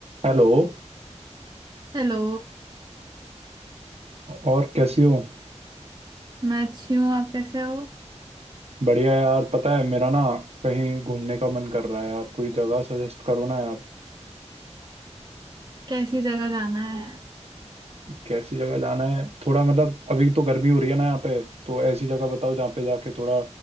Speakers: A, on the right; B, on the right.
A: Hello
B: Hello
A: और कैसी हो
B: मैं अच्छी हूँ आप कैसे हो
A: बढ़िया यार पता है मेरा ना कहीं घूमने का मन कर रहा है यार कोई जगह सजेस्ट करो ना यार
B: कैसी जगह जाना है
A: कैसी जगह जाना है थोड़ा मतलब अभी तो गर्मी हो रही है ना यहाँ पे तो ऐसी जगह बताओ जहाँ पे जाके थोड़ा